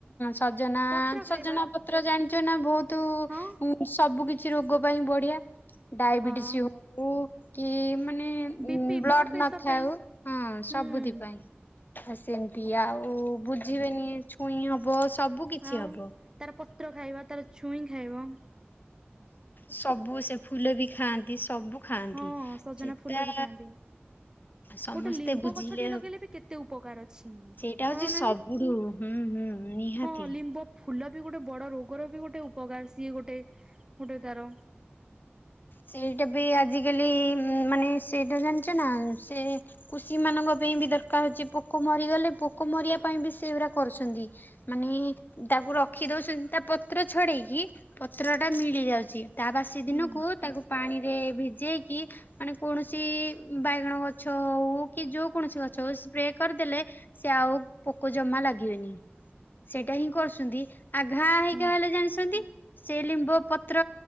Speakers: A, on the left; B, on the right.
A: ସଜନା
B: ପତ୍ର ଖାଇବା
A: ସଜନା ପତ୍ର ଜାଣିଛ ନା ବହୁତୁ
B: ହଁ
A: ମୁଁ ସବୁ କିଛି ରୋଗ ପଡ଼ିଆ ଡାଇବେଟିସ୍
B: ହଁ
A: ହଉ କି ମାନେ
B: B P
A: blood
B: blood pressure
A: ନଥାଉ
B: ପାଇଁ
A: ହଁ
B: ହୁଁ
A: ସବୁ ବୁଧି ପାଇଁ ଆସ ସେମିତି ଆଉ ବୁଝିବେନି ଛୁଇଁ ହବ ସବୁ କିଛି
B: ଆଉ
A: ହବ।
B: ତାର ପତ୍ର ଖାଇବା ତାର ଛୁଇଁ ଖାଇବ
A: ସବୁ ସେ ଫୁଲ ବି ଖାଆନ୍ତି। ସବୁ ଖାଆନ୍ତି
B: ହଁ ସଜନା
A: ସେଟା
B: ଫୁଲ ବି ଖାଆନ୍ତି।
A: ସମସ୍ତେ
B: ଗୋଟେ ଲିମ୍ବ
A: ବୁଝିଲେ
B: ଗଛ ଟିକ ଲଗେଇଲେ ବି କେତେ ଉପକାର ଅଛି।
A: ସେଇଟା ହଉଛି
B: ହଁ ନା
A: ସବୁଠୁ
B: ନାଇଁ
A: ହୁଁ ହୁଁ ନିହାତି।
B: ହଁ ଲିମ୍ବ ଫୁଲ ବି ଗୋଟେ ବଡ ରୋ ଗୋର ବି ଗୋଟେ ଉପକାର ସିଏ ଗୋଟେ ଗୋଟେ ତାର
A: ସେଇଟା ବି ଆଜିକାଲି ମାନେ ସେଇଟା ଜା ନା ସେ କୃଷି ମାନଙ୍କ ପାଇଁ ବି ଦରକାର ହଉଛି ପୋକ ମରିଗଲେ ପୋକ ମରିବା ପାଇଁ ବି ସେ କରୁଛନ୍ତି, ମାନେ - ତାକୁ ରଖିଦଉଛନ୍ତି ତା ପତ୍ର ଛଡେଇକି ପତ୍ର ଟା ମି ମିଳି ଯାଉଛି ତା ବାସି ଦିନକୁ
B: ହୁଁ
A: ତାକୁ ପାଣିରେ ଭିଜେଇକି ମାନେ କୌଣସି ବାଇଗଣ ଗଛ ହଉ କି ଯୋ କୌଣସି ଗ ଛ ସ୍ପ୍ରେ କରିଦେଲେ ସେ ଆଉ ପୋକ ଜମା ଲାଗିବେନି। ସେଇଟା ହିଁ କରୁଛନ୍ତି, ଆଘା ହେଇକି
B: ହୁଁ
A: ହେଲେ ଜାଣିଛନ୍ତି? ସେ ଲିମ୍ବ ପତ୍ର